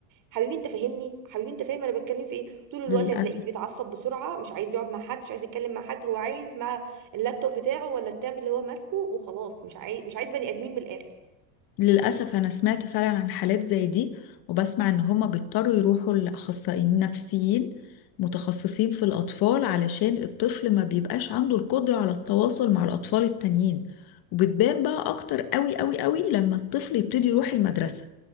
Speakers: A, on the right; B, on the left.
A: حبيبي انت فاهمني حبيبي انت فاهم انا بتكلم في ايه طول الوقت
B: للأسف
A: هتلاقيه بيتعصب بسرعه مش عايز يقعد مع حد مش عايز يتكلم مع حد هو عايز مع اللابتوب بتاعه ولا التاب اللي هو ماسكه وخلاص مش عايز مش عايز بني ادمين من الاخر
B: للأسف أنا سمعت فعلا عن حالات زي دي وبسمع إن هما بيضطروا يروحوا لأخصائيين نفسيين متخصصين في الأطفال علشان الطفل ما بيبقاش عنده القدرة على التواصل مع الأطفال التانيين وبتبان بقى أكتر قوي قوي قوي لما الطفل يبتدي يروح المدرسة